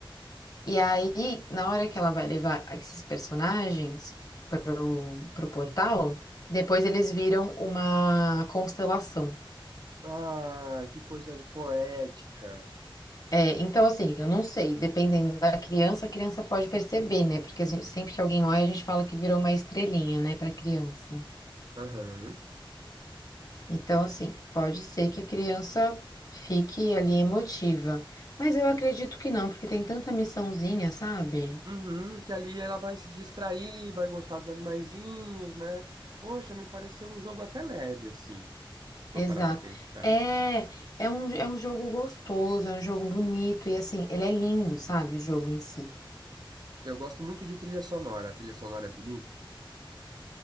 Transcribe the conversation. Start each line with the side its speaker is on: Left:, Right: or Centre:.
Left: E aí, na hora que ela vai levar esses personagens pro, pro portal, depois eles viram uma constelação.
Right: Ah, que coisa poética.
Left: É, então, assim, eu não sei, dependendo da criança, a criança pode perceber, né? Porque a gente- sempre que alguém olha, a gente fala que virou uma estrelinha, né, pra criança.
Right: Aham.
Left: Então, assim, pode ser que a criança fique ali emotiva, mas eu acredito que não, porque tem tanta missãozinha, sabe?
Right: Uhum, que ali ela vai se distrair, vai gostar dos animaizinhos, né? Poxa, me pareceu um jogo até leve, assim, se for
Left: Exato.
Right: parar pra pensar.
Left: É, é um, é um jogo gostoso, é um jogo bonito, e assim, ele é lindo, sabe? O jogo em si.
Right: Eu gosto muito de trilha sonora. A trilha sonora é bonita?